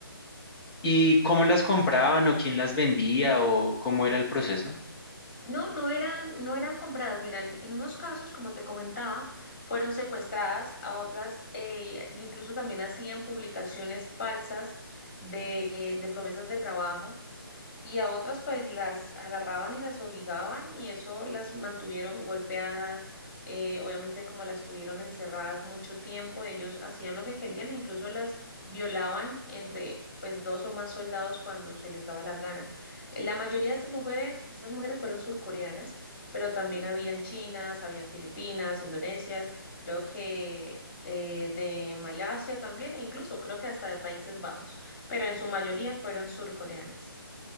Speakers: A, in the centre; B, on the left.
A: ¿Y cómo las compraban o quién las vendía o cómo era el proceso?
B: No, no eran, no eran compradas. Mira, en, en unos casos, como te comentaba, fueron secuestradas, a otras eh, incluso también hacían publicaciones falsas de, de promesas de trabajo y a otras pues las agarraban y las obligaban y eso las mantuvieron golpeadas, eh, obviamente como las tuvieron encerradas mucho tiempo, ellos hacían lo que querían e incluso las violaban entre pues dos o más soldados cuando se les daba la gana. Eh, La mayoría de estas mujeres, de esas mujeres fueron surcoreanas, pero también habían chinas, habían filipinas, indonesias, creo que eh, de Malasia también, e incluso creo que hasta de Países Bajos, pero en su mayoría fueron surcoreanas.